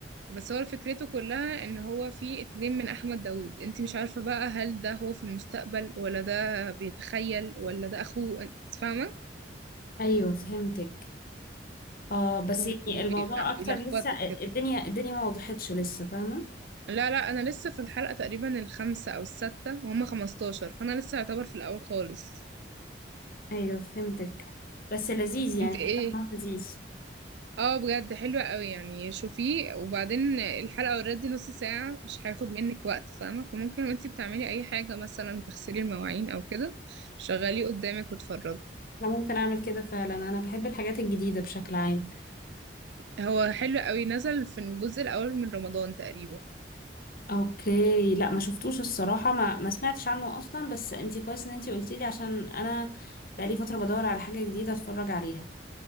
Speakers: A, on the right; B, on the left.
A: بس هو فكرته كلها ان هو في اتنين من احمد داوود انتي مش عارفة بقى هل ده هو في المستقبل ولا ده بيتخيل ولا ده اخوه انت فاهمة
B: ايوه فهمتك اه بس
A: وبيلخبطك
B: يعني الموضوع اكتر لسه
A: كده
B: الدنيا الدنيا ما وضحتش لسه فاهمة
A: لا لا انا لسه في الحلقة تقريبا الخامسة او السادسة وهم 15 فانا لسه يعتبر في الاول خالص
B: ايوه فهمتك بس لذيذ يعني
A: انت ايه
B: حاسة إن هو لذيذ
A: اه بجد حلوة قوي يعني شوفيه وبعدين الحلقة اوريدي نص ساعة مش هياخد منك وقت فاهمة فممكن وانتي بتعملي اي حاجة مثلا تغسلي المواعين او كده شغليه قدامك واتفرجي
B: انا ممكن اعمل كده فعلا انا بحب الحاجات الجديدة بشكل عام
A: هو حلو قوي نزل في الجزء الاول من رمضان تقريبا
B: اوكي لا ما شفتوش الصراحة ما ما سمعتش عنه اصلا بس انتي كويس ان انتي قلتيلي عشان انا بقالي فترة بدور على حاجة جديدة اتفرج عليها